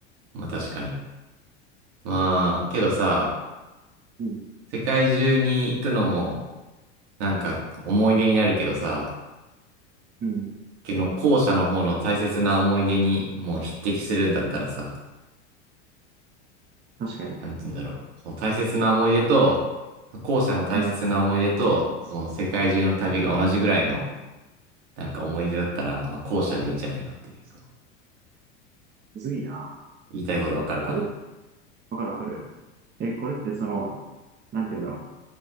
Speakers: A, on the right; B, on the right.
A: まあ確かに。まあ、けどさ、
B: うん。
A: 世界中に行くのも、なんか思い出になるけどさ、
B: うん。
A: けど後者の方の大切な思い出にもう匹敵するんだったらさ、
B: 確かに。
A: なんて言うんだろう。その大切な思い出と、後者の大切な思い出と、
B: うん
A: その世界中の旅が同じぐらいの、なんか思い出だったら、まあ後者でいいんじゃないのっていう、そう。
B: むずいな。
A: 言いたいことわかるかな。
B: これ、わかるわかる。え、これってその、なんて言うんだろう。